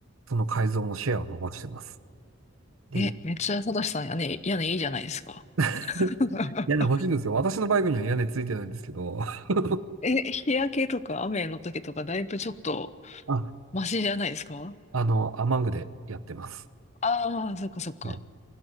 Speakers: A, on the right; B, on the left.
A: その改造のシェアを伸ばしてます。で、
B: え、
A: 一
B: めっちゃサトシさん、屋根、屋根いいじゃないですか。
A: 回
B: <laughs>
A: 屋根欲しいんですよ。私のバイクには屋根ついてないんですけど、<laughs>
B: え、日焼けとか雨の時とかだいぶちょっと
A: あ、
B: マシじゃないですか
A: あの、アマングでやってます。
B: ああ、そっかそっか。
A: はい